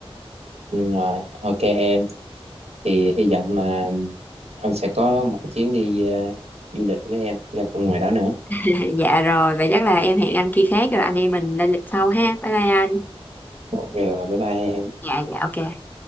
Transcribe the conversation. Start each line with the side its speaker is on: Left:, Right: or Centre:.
Right: nhưng mà ok em thì hy vọng là anh sẽ có một cái chuyến đi à, du lịch với em ra ngoài đó nữa
Left: <laughs> Dạ rồi, vậy chắc là em hẹn anh khi khác rồi anh em mình lên lịch sau ha. Bye bye anh.
Right: rồi bye bye em
Left: Dạ dạ ok.